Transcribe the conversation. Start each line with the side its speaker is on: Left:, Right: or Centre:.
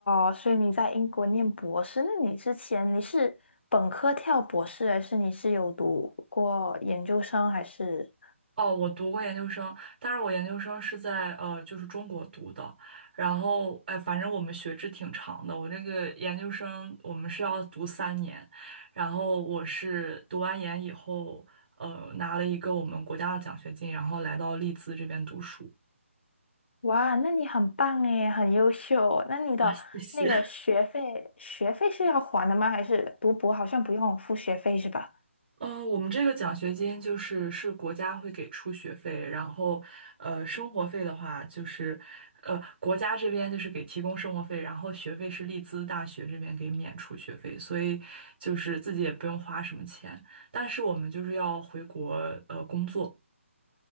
Left: 哦，所以你在英国念博士，那你之前你是本科跳博士，还是你是有读过研究生，还是？
Right: 哦，我读过研究生，但是我研究生是在呃，就是中国读的。然后，哎，反正我们学制挺长的。我这个研究生我们是要读三年，然后我是读完研以后，呃，拿了一个我们国家的奖学金，然后来到利兹这边读书。
Left: 哇，那你很棒诶，很优秀。那你的那个学费，
Right: 哇，谢谢。
Left: 学费是要还的吗？还是读博好像不用付学费是吧？
Right: 呃，我们这个奖学金就是是国家会给出学费，然后，呃，生活费的话就是，呃，国家这边就是给提供生活费，然后学费是利兹大学这边给免除学费，所以就是自己也不用花什么钱。但是我们就是要回国呃工作，